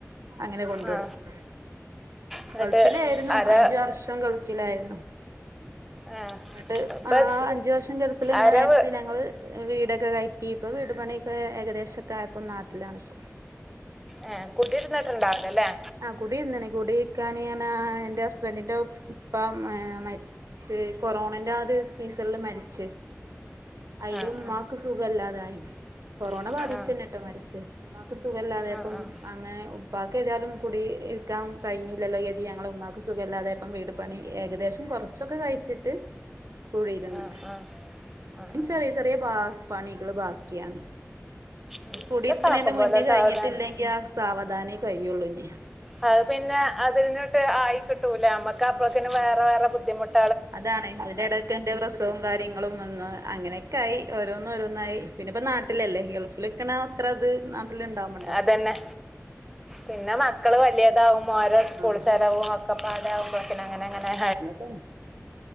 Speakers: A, on the right; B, in the centre.
A: അങ്ങനെ കൊണ്ട്
B: ആ
A: ട്ട്ക്കും
B: എന്നിട്ട്
A: ഗൾഫിലായിരുന്നു
B: ആരാ
A: അഞ്ച് വർഷം ഗൾഫിലായിരുന്നു
B: ആ
A: എന്നിട്ട്
B: ഇപ്പം
A: ആ അഞ്ചു വർഷം ഗൾഫില് ഇന്ന
B: ആരാ
A: നേരത്തെ
B: വീ
A: ഞങ്ങള് വീടൊക്കെ കയറ്റി ഇപ്പൊ വീട് പണിയൊക്കെ ഏകദേശംക്കെ ആയപ്പോ നാട്ടിലണ് ഇപ്പൊ
B: ഏഹ് കുട്ടിരുന്നിട്ടുണ്ടാവുല്ലല്ലേ
A: ആ കുടിയിരുന്നണ കുടരിക്കാന ൻ എറെ ഹസ്ബൻറിന്റെ ഉപ്പ മ ച് കൊറോണന്റെ ആ ഒരു സീസണില് മരിച്ചേ അയില്
B: ആഹ്
A: ഉമ്മയ്ക്ക് സുഖമല്ലാതായി കൊറോണ
B: ആഹ്
A: ബാധിച്ചുന്നെട്ടോ മരിച്ചേ ഉ്മാക്ക് സുഖല്ലാതെ അപ്പം
B: ആഹ് ആഹ് ആഹ്
A: അങ്ങനെ ഉപ്പാക്കക്ക് ഏതായാലും കുടി ഇൽക്കാൻ കഴിഞ്ഞില്ലല്ലോ യതി ഞങ്ങൾ ഉമമാക്ക് സുഖമല്ലാതെ ഇപ്പം വീട് പണി ഏകദേശം കുറച്ചൊക്കെ കഴിച്ചിട്ട് കൂടിയിന്ന്
B: ആഹ് ആഹ്
A: ഇനും
B: ആഹ് ആഹ്
A: ചെറിയ ചെറിയ പണികള് ബാക്കിയാണ് അത്
B: ഉം
A: കൂടിരിക്കണേന്റെ
B: അതൊക്കെ ആക്കും പോലെ
A: മുന്നേ കഴിഞ്ഞിട്ടില്ലെങ്കി
B: സാവധാനം
A: ആ സാവധാനെ കഴിയുള്ളൂ ഇ
B: അ പിന്നെ അതിന്നിട്ട് ആയി കിട്ടൂലേ നമ്മക്ക് അപ്പഴക്കന്
A: ഇല്ല
B: വേറെ
A: ഉം
B: വേറെ ബുദ്ധിമുട്ട്
A: അതാണ് അതിന്റെടയ്ക്കെ എന്റെ പ്രസവും കാര്യങ്ങളും വന്ന് അങ്ങനെെ കായി ഓരോന്നും ഓരോന്നായി പിന്നെ ഇപ്പ നാട്ടിലല്ലേ ഗൾഫിൽക്കണ അത്ര അത് ഇപ്പോൾ നാട്ടിൽ ഉണ്ടാകും
B: അതന്നെ പിന്നെ മക്കള് വലിയതാവുമ്പോ ഓരോ
A: ആഹ്
B: സ്കൂൾ ചരാവും ഒക്കപ്പ അതാവുമ്പോക്കന അങ്ങനെ അങ്ങനെ
A: ഉ